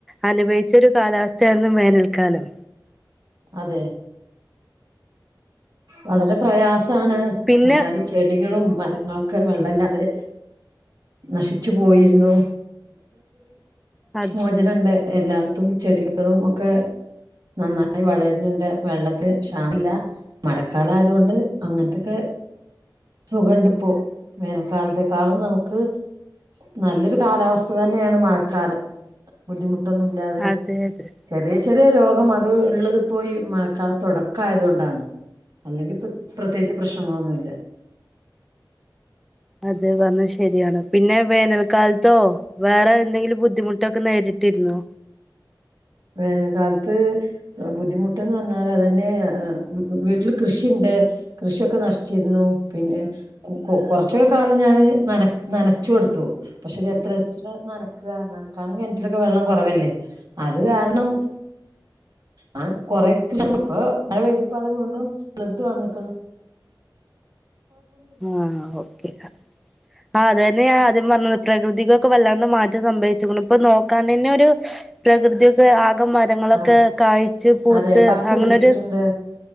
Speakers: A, in the centre; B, on the right.
A: അനുഭവിച്ച ഒരു കാലാവസ്ഥ ആയിരുന്നു വേനൽകാലം
B: അതെ വളരെ പ്രയാസം സാണ്
A: പിന്നെ
B: അതായത് ചെടികളും മരങ്ങളും ക്ക് വെള്ളം ഇല്ലാതെ നശിച്ചു പോയിരുന്നു
A: അത്
B: മോചനം ഇണ്ട് എല്ലായിടത്തും ചെടികളും ഒക്കെ നന്നായി വളരുന്നുണ്ട് വെള്ളത്തിന് ക്ഷാമം ഇല്ല മഴ കാലം ആയതോണ്ട് അങ്ങനത്തെ ഒക്കെ സുഖണ്ട് ഇപ്പൊ വേനൽ കാലത്തേക്കാളും നമ്മുക്ക് നല്ലൊരു കാലാവസ്ഥ തന്നെയാണ് മഴക്കാലം ബുദ്ധിമുട്ട് ബുദ്ധിമുട്ട് ഒന്നും ഇല്ലാതെ
A: അതെ അതെ
B: ചെറിയ ചെറിയ രോഗം അത് ഇള്ളതിപ്പോ ഈ മയക്കാലം തുടക്കം ആയതോണ്ട് ആണ് അല്ലെങ്കിൽ ഇപ്പൊ പ്രതേകിച്ചു പ്രശ്നങ്ങൾ ഒന്നും ഇല്ല
A: അതെ പറഞ്ഞത് ശെരിയാണ് പിന്നെ വേനൽ കാലത്തോ വേറെ എന്തെങ്കിലും ബുദ്ധിമുട്ട് ഒക്കെ നേരിട്ടിരുന്നോ
B: വേനൽ കാലത്ത് ബുദ്ധിമുട്ട്ന്ന് പറഞ്ഞാ അതെന്നെ <unintelligible> വീട്ടിൽ കൃഷി ഇണ്ട് കൃഷി ഒക്കെ നശിച്ചിരുന്നു പിന്നെ കൊ കൊറച്ചൊക്കെ കാലം ഞാൻ നനച്ച്കൊടുത്തു പക്ഷെ ഇത് എത്ര എത്ര നനക്കാ നനക്കാനും കിണറ്റിൽ വെള്ളം കുറവല്ലേ അത്‌ അത്‌ കാരണം <unintelligible> എന്നാലും കുറെ കൃഷി പോയ് ഇപ്പൊ മഴ പെയ്തപ്പോ അത്‌ വീണ്ടും തള്ർത്ത് വന്നക്ക്ണ്
A: ആ ഓക്കേ ആ അതെന്നെ ഞാൻ ആദ്യം പറഞ്ഞത് പ്രകൃതി ക്ക് വല്ലാണ്ടെ മാറ്റം സഭവിച്ചിരിക്കുന്നു ഇപ്പൊ നോക്കാൻ തന്നെ ഒരു പ്രകൃതി ഒക്കെ ആകെ മരങ്ങൾ ഒക്കെ
B: അതെ
A: കായ്ച്ചു പൂത്ത്
B: അതെ പച്ച
A: അങ്ങനെരു
B: പിടിച്ചിട്ടുണ്ട്